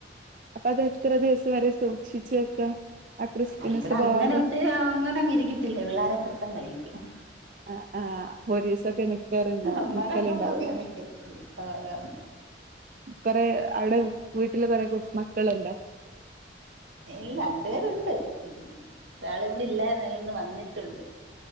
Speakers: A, on the right; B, on the right.
A: അപ്പ അത് എത്ര ദിവസം വരെ സൂക്ഷിച്ച് വെക്കാ ക്രിസ്പിനെസ്
B: ആ ഇവ്ടെ
A: പോവാതെ
B: അങ്ങനെ ഒത്തിരി അങ്ങനെ ഇരിക്കത്തില്ല പിള്ളാരൊക്കെ ഇട്ത്തണ്ട് കഴിക്കും
A: ആ ആ ഒരീസൊക്കെ നിക്കറ്ണ്ടാവും
B: ഒന്നോ
A: നിക്കലുണ്ടാവോള്ളൂ
B: രണ്ടോസൊക്കെ നിക്കത്തുള്ളൂ അതാണ്
A: കൊറെ അവിടെ വീട്ടില് <unintelligible> <unintelligible> മക്കള്ണ്ടോ
B: ഇല്ല രണ്ടേരുണ്ട് ഒരാള് ഇവിടെ ഇല്ലായിര്ന്ന് ഇന്ന് വന്നിട്ട് ണ്ട്